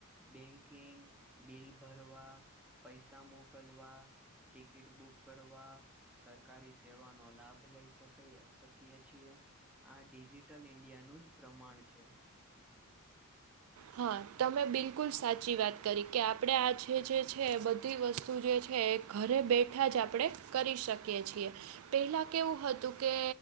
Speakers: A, in the centre; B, on the right (about 65°).
A: બેંકિંગ, બિલ ભરવા, પૈસા મોકલવા ટિકિટ બુક કરવા સરકારી સેવાનો લાભ લઈ શકયે શકીયે છીએ આ ડિઝિટલ ઈન્ડ ત્યાંનું જ પ્રમાણ છે.
B: હા, તમે બિલકુલ સાચી વાત કરી કે આપણે આ જે જે છે બધી વસ્તુ જે છે એ ઘરે બેઠા જ આપણે કરી શકીએ છીએ. પહેલા કેવું હતું કે